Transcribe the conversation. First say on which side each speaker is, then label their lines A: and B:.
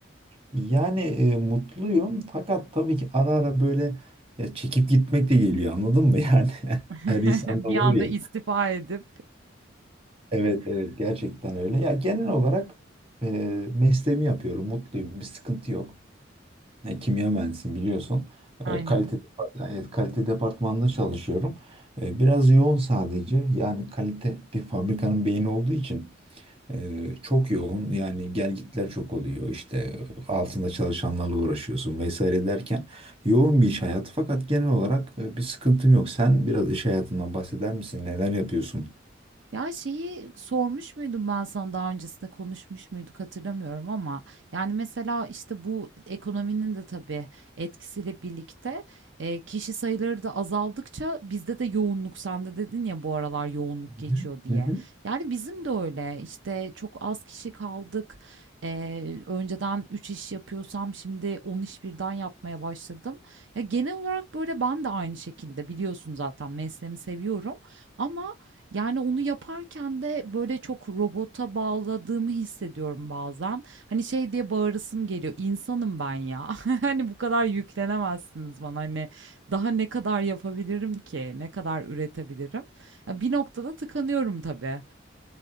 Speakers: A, on the right; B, on the right.
A: Yani e, mutluyum fakat tabii ki ara ara böyle ya çekip gitmek de geliyor anladın mı yani? <laughs>
B: <laughs>
A: Her insanda
B: Bir
A: olur
B: anda
A: ya.
B: istifa edip.
A: Evet evet gerçekten öyle. Ya genel olarak e, mesleğimi yapıyorum mutluyum bir sıkıntı yok. E, kimya mühendisiyim biliyorsun.
B: <laughs> Aynen.
A: E, kalite evet, kalite departmanında çalışıyorum. E, biraz yoğun sadece. Yani kalite bir fabrikanın beyni olduğu için e, çok yoğun. Yani gelgitler çok oluyor. İşte altında çalışanlarla uğraşıyorsun vesaire derken yoğun bir iş hayatı. Fakat genel olarak e, bir sıkıntım yok. Sen biraz iş hayatından bahseder misin? Neler yapıyorsun?
B: Ya şeyi sormuş muydum ben sana daha öncesinde konuşmuş muyduk hatırlamıyorum ama yani mesela işte bu ekonominin de tabii etkisiyle birlikte e, kişi sayıları da azaldıkça bizde de yoğunluk sen de dedin ya bu aralar yoğunluk
A: Hı
B: geçiyor
A: hı.
B: diye.
A: Hı hı.
B: Yani bizim de öyle işte çok az kişi kaldık. E, önceden 3 iş yapıyorsam şimdi 10 iş birden yapmaya başladım. Ya genel olarak böyle ben de aynı şekilde biliyorsun zaten mesleğimi seviyorum. Ama yani onu yaparken de böyle çok robota bağladığımı hissediyorum bazen. Hani şey diye bağırasım geliyor. İnsanım ben ya. <laughs> Hani bu kadar yüklenemezsiniz bana. Hani daha ne kadar yapabilirim ki? Ne kadar üretebilirim? Ya bir noktada tıkanıyorum tabii.